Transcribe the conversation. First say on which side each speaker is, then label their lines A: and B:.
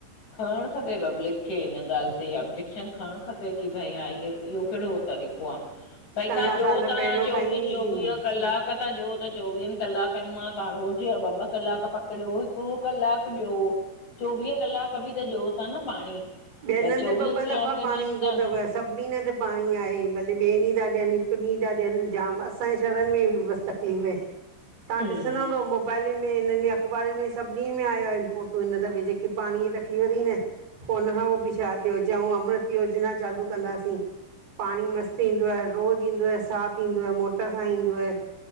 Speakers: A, on the left; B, on the right.
A: खणणु खपे पब्लिक खे हिन ॻाल्हि ते ऑब्जेक्शन खणणु खपे की भई हा इह इहो कहिड़ो तरीक़ो आहे भई
B: चङा
A: तव्हां ॾियो
B: साल पहिरियों
A: ता चोवीह
B: खईं हुईसीं
A: चोवीह कलाक पक था ॾियो त चोवीहनि कलाकनि मां तव्हां रोज़ा ॿ ॿ कलाक पकड़ियो हिकु कलाकु ॾियो चोवीह कलाक बि त ॾ था न पाणी।
B: ॿियन
A: भई
B: हंध
A: चोवीह
B: ॿ ॿ
A: कलाक
B: दफ़ा पाणी
A: ॾियनि
B: ईंदो
A: था
B: अथव। सभिनी न त पाणी आहे भले ॿिए ॾींहुं था ॾियनि हिक ॾींहुं था ॾियनि जाम असांजे शहरनि में तकलीफ़ तव्हां
A: हम्म
B: ॾिसंदा हूं मोबाइलुनि में हिननि में अख़बारुनि में सभिनीनि में आयो आहिनि फोटू हिन दफ़े जेके पाणीअ जी तकलीफ़ थी न। पो हुन खां पो भी छा थियो, चऊं अमृत योजना चालू कंदासीं। पाणी मस्तु ईंदव, रोज़ु ईंदव, साफ़ु ईंदव, मोटर सां ईंदव।